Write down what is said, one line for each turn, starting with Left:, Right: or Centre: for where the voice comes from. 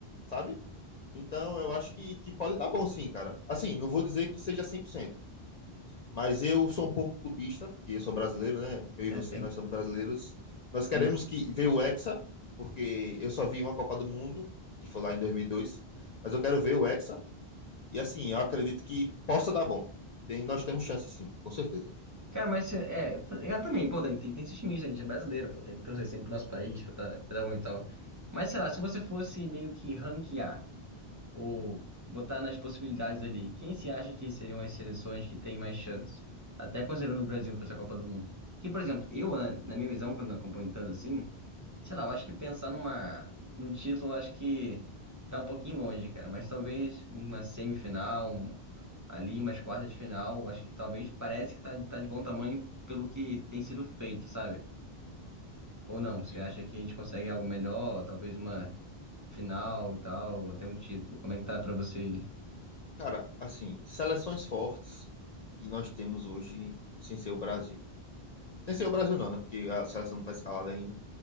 Left: sabe? Então eu acho que, que pode dar bom sim, cara. Assim, não vou dizer que seja 100%, mas eu sou um pouco clubista, porque eu sou brasileiro, né? Eu e
Right: é,
Left: você,
Right: tem,
Left: nós somos brasileiros. Nós queremos
Right: tem que ser.
Left: que ver o Hexa, porque eu só vi uma Copa do Mundo, que foi lá em 2002, mas eu quero ver o Hexa e assim, eu acredito que possa dar bom. Tem, nós temos chance sim, com certeza.
Right: Cara, mas cê- é, eu t- eu também, pô, tem, tem, tem esse time, gente, é brasileiro, pô, tem que torcer sempre pro nosso país pra dar, pra dar bom e tal. Mas sei lá, se você fosse meio que ranquear. ou botar nas possibilidades ali, quem se acha que seriam as seleções que têm mais chance? Até considerando o Brasil para essa Copa do Mundo. Que, por exemplo, eu, na, na minha visão, quando acompanho tanto assim, sei lá, eu acho que pensar numa, num título, eu acho que tá um pouquinho longe, cara. Mas talvez uma semifinal, um- ali, umas quartas de final, eu acho que talvez parece que tá, tá de bom tamanho pelo que tem sido feito, sabe? Ou não, você
Left: Sim.
Right: acha que a gente consegue algo melhor, talvez uma final e tal, ou até um título? Como é que tá pra você? aí?
Left: Cara, assim, seleções fortes que nós temos hoje sem ser o Brasil. Sem ser o Brasil não, né? Porque a seleção não tá escalada ainda.